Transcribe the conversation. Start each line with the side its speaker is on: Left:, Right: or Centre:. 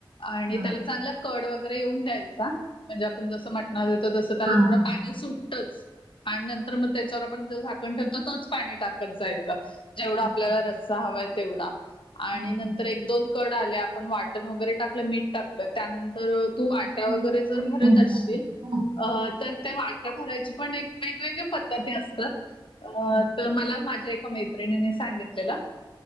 Left: आणि
Right: हा
Left: त्याला चांगला कड वगैरे येऊन द्यायचा म्हणजे आपण जस म्हटणा वर येतो तस त्याला
Right: हा
Left: थोडं
Right: हा हा
Left: पाणी सुटतच. आणि नंतर मग त्याच्यावर आपण जो झाकण ठरतो तोच पाणी टाकत जायचा. जेवढा
Right: अच्छा
Left: आपल्याला रस्सा हवाय तेवढा. आणि
Right: हा
Left: नंतर
Right: हा
Left: एक दोन कड आले आपण वाटण वगैरे टाकलं मीठ टाकलं त्यानंतर तू वाट्या
Right: त्याच्यानंतर
Left: वगैरे जर
Right: ते
Left: भरत असशील
Right: टाकायचे का
Left: अ तर त्या वाट ट्या भरायची पण एक वेगवेगळ पद्धती असतात
Right: हम्म.
Left: तर मला माझ्या एका मै त्रीनीनी सांगितलेलं